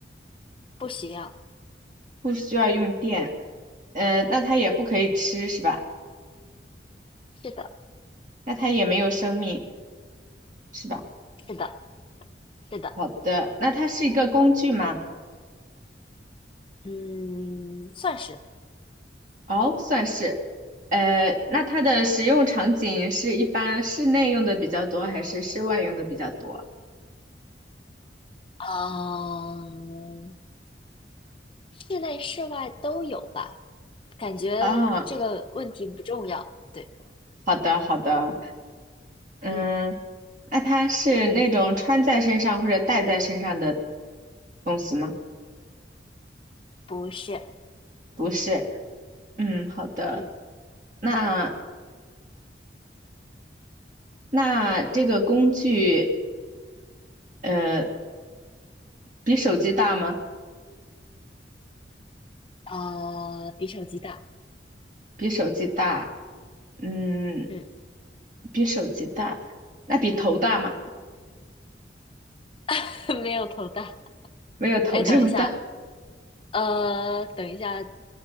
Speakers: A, on the left; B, on the right.
A: 不需要，
B: 不需要用电。嗯、那它也不可以吃是吧？
A: 嗯，是的，
B: 那它也没有生命是吧？
A: 是的，是的，
B: 好的，那它是一个工具吗？
A: 嗯，算是，
B: 哦，算是。呃，那它的使用场景是一般室内用的比较多，还是室外用的比较多？
A: 嗯，室内室外都有吧，感觉这个问题不重要，
B: 啊，
A: 对，
B: 好的，好的。嗯，
A: 嗯。
B: 那它是那种穿在身上或者戴在身上的东西吗？
A: 不是，
B: 不是。嗯，好的。
A: 嗯，
B: 那那这个工具，呃，比手机大吗？
A: 呃，比手机大，
B: 比手机大，嗯，
A: 嗯，
B: 比手机大，那比头大吗？
A: <laughs> 没有头大。
B: 没有头这么大。
A: 哎，等一下，呃，等一下，